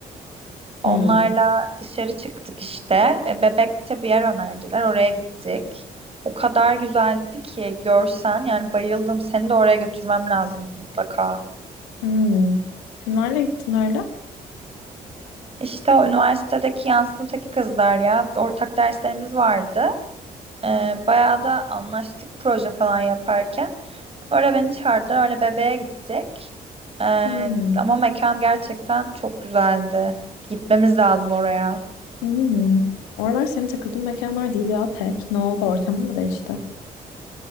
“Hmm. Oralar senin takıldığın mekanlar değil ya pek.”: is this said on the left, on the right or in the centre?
Left